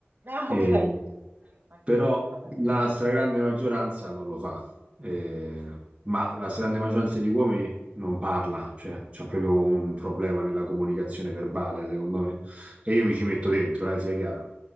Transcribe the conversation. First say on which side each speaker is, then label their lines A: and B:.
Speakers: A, on the right (about 50°); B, on the right (about 30°).
A: Ah,
B: E
A: ok, anche
B: però
A: quindi vabbè.
B: la stragrande maggioranza non lo fa, Eh, ma la stragrande maggioranza degli uomini non parla, cioè c'è proprio un problema nella comunicazione verbale, secondo me, e io mi ci metto dentro, eh, sia chiaro.